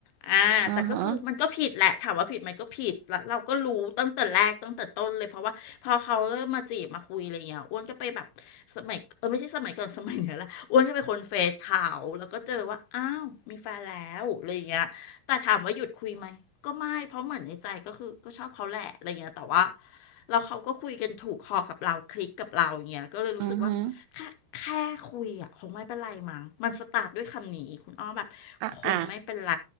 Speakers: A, on the left; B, on the right.
A: อ่าแต่ก็คือมันก็ผิดแหละถามว่าผิดไหมก็ผิดแล้วเราก็รู้ตั้งแต่แรกตั้งแต่ต้นเลยเพราะว่าพอเขาเริ่มมาจีบมาคุยอะไรเงี้ยอ้วนก็ไปแบบสมัยเออไม่ใช่สมัยก่อนสมัยเนี้ยแหละอ้วนก็ไปคนเฟซเขาแล้วก็เจอว่าอ้าวมีแฟนแล้วอะไรเงี้ยแต่ถามว่าหยุดคุยไหมก็ไม่เพราะเหมือนในใจก็คือก็ชอบเขาแหละอะไรเงี้ยแต่ว่า
B: อือหือ
A: เราเขาก็คุยกันถูกคอกับเราคลิกกับเราอย่างเงี้ยก็เลยรู้สึกว่า
B: อือหือ
A: แค่แค่คุยอ่ะคงไม่เป็นไรมั้งมันสตาร์ทด้วยคำนี้คุณอ้อแบบคงไม่เป็นไร
B: อ่าอ่า